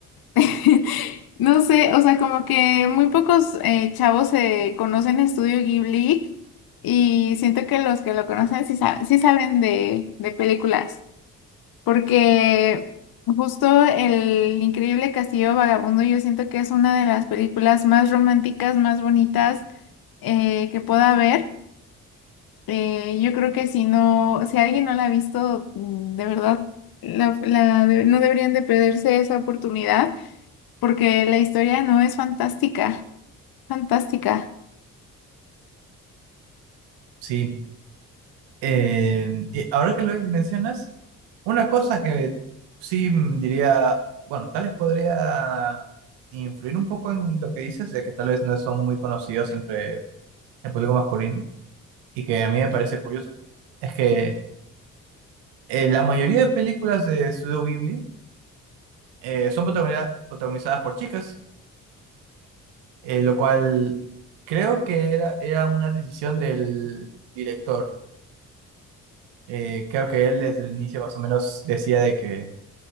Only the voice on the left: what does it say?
<laughs> No sé, o sea, como que muy pocos eh, chavos se conocen Estudio Ghibli y siento que los que lo conocen sí, sa- sí saben de, de películas. porque justo El Increíble Castillo Vagabundo yo siento que es una de las películas más románticas, más bonitas eh, que pueda haber. Eh, yo creo que si no, si alguien no la ha visto, mm, de verdad, la- la de- no deberían de perderse esa oportunidad, porque la historia no es fantástica, fantástica.